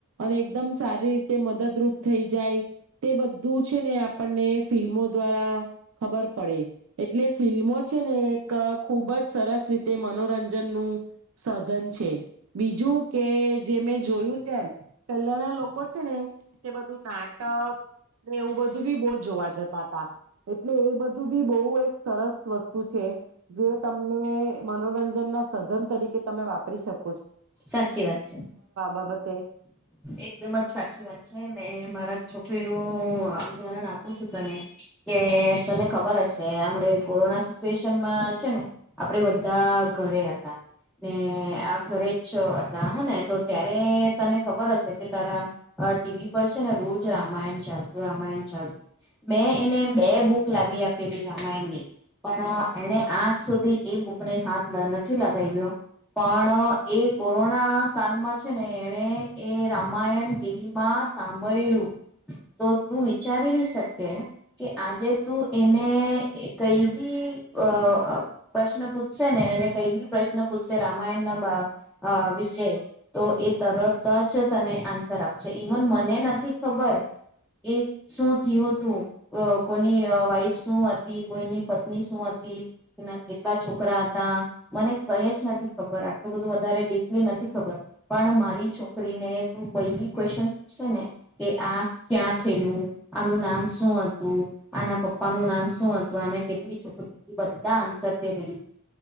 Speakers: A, on the right; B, in the centre.
A: અને એકદમ સારી રીતે મદદરૂપ થઈ જાય, તે બધું છે ને આપણને ફિલ્મો દ્વારા ખબર પડે એટલે ફિલ્મો છે ને એક ખુબ જ સરસ રીતે મનોરંજનનું સાધન છે બીજું કે જે મેં જોયું તેમ પેલાના લોકો છે ને તે બધું નાટક એવું બધું બી બહુ જોવા જતા હતા. એટલે એ બધું બી બહુ એક સરસ વસ્તુ છે. જે તમને મનોરંજન ના સાધન તરીકે તમે વાપરી શક
B: સાચી વાત છે.
A: બાબતે
B: એકદમ જ સાચી વાત છે. મે મારા છોકરીનું ઉદાહરણ આપું છું તને કે તને ખબર હશે આપણે કોરોના સિચુએશનમાં છે ને આપડે બધા ઘરે હતા ને આ ઘરે છે હતા હને તો ત્યારે તને ખબર હશે કે આ તારા ટીવી પર છે ને રોજ રામાયણ ચાલતું રામાયણ ચાલતું. મે એને બે બુક લાવી આપેલી રામાયણની પણ એને આજ સુધી એ બુકને હાથ ન નથી લગાવ્યો પણ એ કોરોના કાલમાં છે ને એને એ રામાયણ ટીવી માં સાંભળ્યું. તો તું વિચારી ન શકે કે આજે તું એને કઈ બી અ પ્રશ્ન પૂછશે ને એને કઈ બી પ્રશ્ન પૂછશે. રામાયણ ના બા અ વિષે તો એ તરત જ તને આન્સર આપશે. ઈવન મને નથી ખબર એ શું થયું તું. એ કોની વ વાઈફ શું હતી, કોઈની પત્ની શું હતી, ના કેટલા છોકરા હતા. મને કઈ જ નથી ખબર આટલું બ આટલું વધારે ડીપ્લી નથી ખબર પણ મારી છોકરીને તું કઈ બી ક્વેશન પૂછશેને કે આ ક્યાં થયેલું, આનું નામ શું હતું, આના પપ્પાનું નામ શું હતું, આને કેટલી છોકરી બધા આન્સર રેડી.